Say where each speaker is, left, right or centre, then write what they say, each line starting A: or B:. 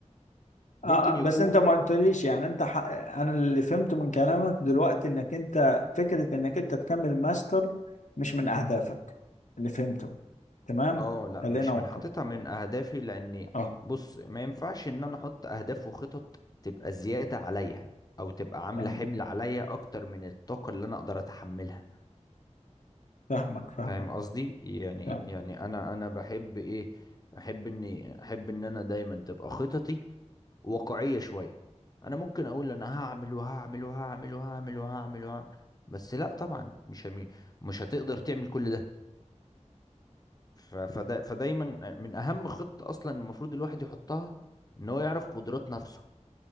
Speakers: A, on the left; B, on the left.
A: آه
B: ممكن
A: آه، بس
B: يكونوا
A: انت ما قلتليش يعني انت ح... انا اللي فهمته من كلامك دلوقتي انك انت فكره انك انت تكمل ماستر مش من اهدافك اللي فهمته تمام
B: اه لا
A: خلينا
B: مش
A: واقعيين
B: من حاططها من اهدافي لاني
A: اه
B: بص ما ينفعش ان انا احط اهداف وخطط تبقى زيادة عليا او تبقى عاملة
A: فاهمك
B: حمل عليا اكتر من الطاقة اللي انا اقدر اتحملها
A: فاهمك فاهمك
B: فاهم قصدي يعني
A: فاهمك
B: يعني انا انا بحب ايه احب اني احب ان انا دايما تبقى خططي واقعية شوية انا ممكن اقول انا هعمل وهعمل وهعمل وهعمل وهعمل وهعمل بس لا طبعا مش هم- مش هتقدر تعمل كل ده ف- فدا فدايما من اهم خطة اصلا المفروض الواحد يحطها ان هو يعرف قدرات نفسه